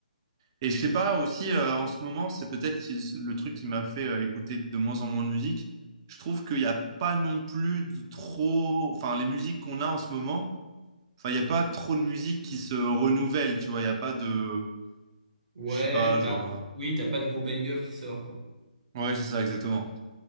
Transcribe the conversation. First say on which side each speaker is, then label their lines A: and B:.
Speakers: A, on the right (about 30°); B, on the right (about 60°).
A: Et je sais pas aussi euh, en ce moment, c'est peut-être qui- le truc qui m'a fait euh, écouter de moins en moins de musique. Je trouve qu'il n'y a pas non plus de trop, enfin les musiques qu'on a en ce moment, enfin il n'y a pas trop de musique qui se renouvelle, tu vois. Il n'y a pas de,
B: Ouais,
A: je sais pas, genre,
B: bah oui, t'as pas de gros banger qui sort, quoi.
A: euh, ouais c'est ça exactement.